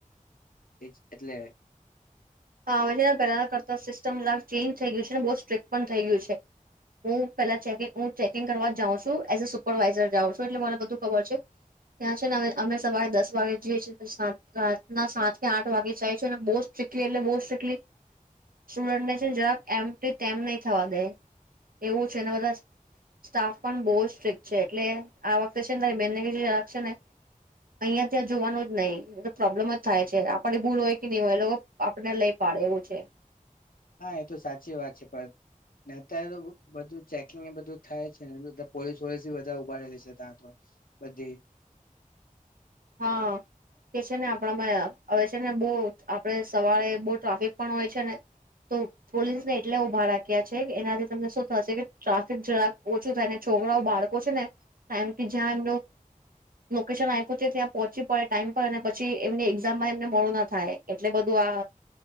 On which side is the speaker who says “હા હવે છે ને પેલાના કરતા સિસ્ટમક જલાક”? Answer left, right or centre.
Right